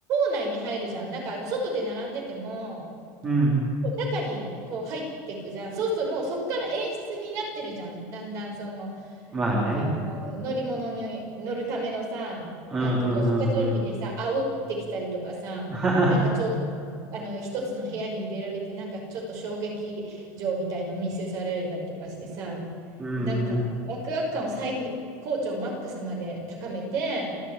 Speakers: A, on the right; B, on the right.
A: 内に入るじゃん。なんかあの、外で並んでても、
B: うん。
A: こう中にこう入っていくじゃん。そうするともうそっから演出になってるじゃん。だんだんその、
B: まあね。
A: こう乗り物に乗るためのさ、
B: うんうんうんうん。
A: なんかこう下準備でさ、煽ってきたりとかさ、
B: <laughs>
A: なんかちょっとあの一つの部屋に入れられて、なんかちょっと衝撃場みたいの見せされたりとかしてさ、
B: うんうん。
A: なんかワクワク感を最高潮マックスまで高めて、